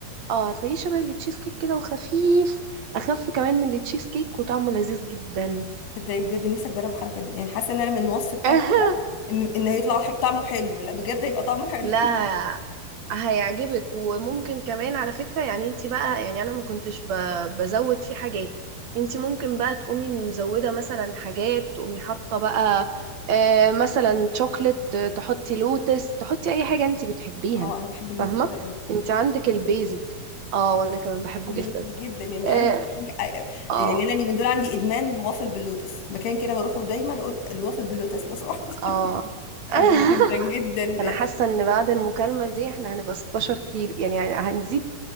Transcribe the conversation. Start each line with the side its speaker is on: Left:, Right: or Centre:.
Right: اه هتلاقيه شبه التشيز كيك كده وخفيف اخف كمان من التشيز كيك وطعمه لذيذ جدا
Left: تصدقي بجد نفسي اجرب الحركة دي يعني حاسة ان انا من الوصف بتاعي
Right: <laughs>
Left: كده ان ان هيطلع ح- طعمه حلو لا بجد هيبقى طعمه حلو
Right: لا هيعجبك وممكن كمان على فكرة يعني انت بقى يعني انا ما كنتش ب- بزود فيه حاجات انت ممكن بقى تقومي مزودة مثلا حاجات تقومي حاطة بقى آه مثلا شوكلت آه، تحطي لوتس تحطي اي حاجة انت بتحبيها
Left: <laughs> اه انا بحب اللوتس
Right: فاهمة
Left: ده قوي
Right: انت عندك البيزك اه وانا كمان بحبه
Left: بحب
Right: جدا
Left: اللوتس جدا يعني
Right: اه
Left: اي حاجة أي-
Right: اه,
Left: يعني انا من دول عندي ادمان لوافل باللوتس مكان كده بروحه دايما اقول الوافل باللوتس لو سمحت <laughs>
Right: آه. <laughs>
Left: بحبه جدا جدا
Right: انا حاسة ان بعد المكالمة دي احنا هنبقى 16 كيلو يعني هنزيد